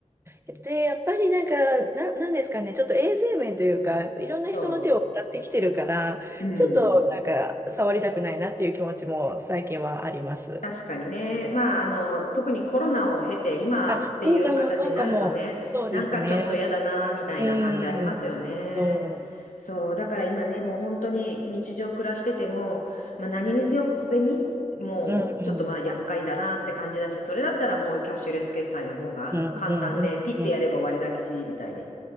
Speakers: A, on the right (about 20°); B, on the left (about 85°).
A: で、やっぱりなんか、な、なんですかね、ちょっと衛生面というか、やっぱいろんな人の手を渡ってきてるから、
B: そう、うん。
A: ちょっとなんか、触りたくないなっていう気持ちも最近はあります。
B: 確かにね。まあ、あの、特にコロナを経て今っていう形になるとね、
A: あ、そうかも、そうかも。そうですね。
B: なんかちょっと嫌だな、みたいな感じありますよね。
A: うん。そ
B: そう、だから今ね、もう本当に日常暮らしてても、まあ、何にせよ小銭、もうちょっとまあ厄介だなって感じだし、
A: う。うん、うん、
B: それだったらもうキャッシュレス決済の方が簡単で、
A: うん、うん、うん。
B: ピッてやれば終わりだし、
A: うん
B: みたいに。